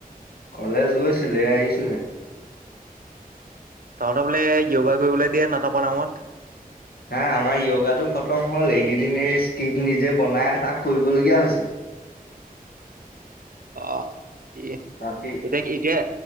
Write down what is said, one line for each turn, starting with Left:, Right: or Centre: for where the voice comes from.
Left: কলেজ গৈছিলো এয়া আহিছোঁহে।
Right: তহঁতৰবোলে য়গা কৰিবলৈ দিয়ে নাটকৰ নামত
Left: হা আমাৰ য়াগাটো খতম হ'ল এইকেইদিন এই স্কিপ্ট নিজে বনাই তাত কৰিবলগীয়া হৈছে।
Right: অ কি
Left: বাকী
Right: এতিয়া কি এতিয়া